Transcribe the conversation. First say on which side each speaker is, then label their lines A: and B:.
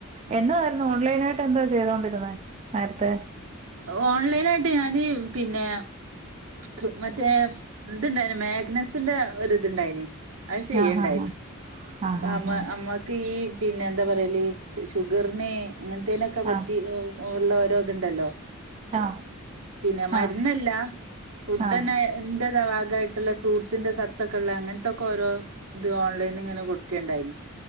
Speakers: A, on the right; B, on the right.
A: എന്നായിര്ന്നു ഓൺലൈനായിട്ട് എന്തോ ചെയ്തൊണ്ടിര്ന്നേ നേരത്തെ
B: ഓൺലൈനായിട്ട് ഞാന് പിന്നെ ക്ക് മറ്റേ ത്ണ്ടായിണ് മേഗ്നസിന്റെ ഒര് ത്ണ്ടായിനി അത് ചെയ്യെണ്ടായിനി
A: ആഹ് ആഹ് ആഹ്
B: പ്പ മ്മ
A: ആഹ്
B: അമ്മക്ക് ഈ പിന്നെ എന്താ പറ്യല് ഷുഗറ്ന് അങ്ങൻത്തേനൊക്കെ പറ്റി
A: ആഹ്
B: എഹ് എഹ് ള്ളെ ഓരോത്ണ്ടല്ലോ
A: ആഹ്
B: പിന്നെ മര്ന്നല്ല.
A: ആഹ്
B: ഫുഡന്നെ
A: ആഹ് ആഹ്
B: ന്റെ രെ ഭാഗയിട്ട്ള്ള ഫ്രൂട്ട്സിന്റെ സത്തെക്കെള്ള അങ്ങൻത്തെക്കൊരോ ഇത് ഓൺലൈന്ന്ങ്ങനെ കൊട്ക്കേണ്ടായിനി